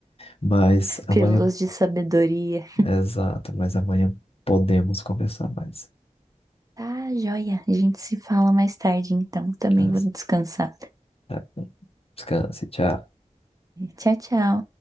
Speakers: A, on the left; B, on the right.
A: Mas amanhã,
B: Pílulas de sabedoria.
A: exato, mas amanhã podemos conversar mais.
B: Tá, joia. A gente se fala mais tarde, então. Também
A: Tá?
B: vou descansar.
A: Tá Descanse, tchau.
B: Tchau, tchau.